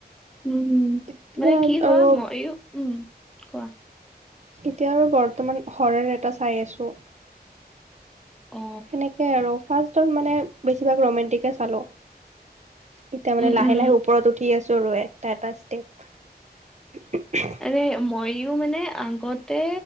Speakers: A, in the centre; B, on the right (about 45°).
A: উম, হম,
B: এতিয়া
A: মানে কি হোৱা
B: আৰু
A: মইও উম। কোৱা
B: এতিয়া আৰু বৰ্তমান হৰৰ এটা চাই আছো।
A: অ
B: সেনেকে আৰু ফাৰ্ষ্টত মানে বেছিভাগ ৰোমেণ্টিকে চালোঁ। এতিয়া মানে
A: উম
B: লাহে
A: উম
B: -লাহে ওপৰত উঠি আছো আৰু এটা- এটা ষ্টেপ।
A: আৰে মইও মানে আগতে